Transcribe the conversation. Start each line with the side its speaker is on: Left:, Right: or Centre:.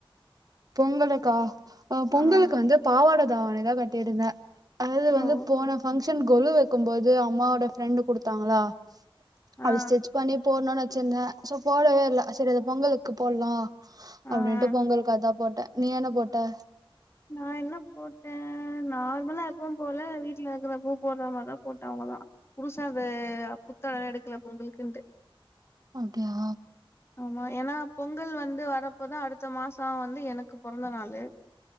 Right: பொங்கலுக்கா அ பொங்கலுக்கு
Left: ஆமா ஆமா
Right: வந்து பாவாட தாவணிதா கட்டிருந்தே அதாது வந்து
Left: ஓ
Right: போன ஃபங்க்ஷன் கொழு வைக்கும் போது அம்மாவோட ஃப்ரெண்டு் கொடுத்தாங்களா
Left: ஆ ஆ
Right: அது ஸ்டிச் பண்ணி போட்ணுனு வெச்சிருந்தே சோ போடவே இல்ல செரி அது பொங்கலுக்கு போட்லா அப்டின்ட்டு
Left: ஆ ஆ
Right: பொங்கல்கதா போட்டே நீ என்ன போட்ட
Left: நா என்ன போட்டே நார்மலா எப்பவும் போல வீட்ல இருக்கிறப்போ போட்ற மாரிதா போட்டே அவ் அதா புதுசா இது புத்தாட எடுக்ல பொங்கலுக்குன்ட்டு
Right: அப்டியா
Left: ஆமா ஏனா பொங்கல் வந்து வரப்போதா அடுத்த மாசோ வந்து எனக்கு பொறந்த நாளு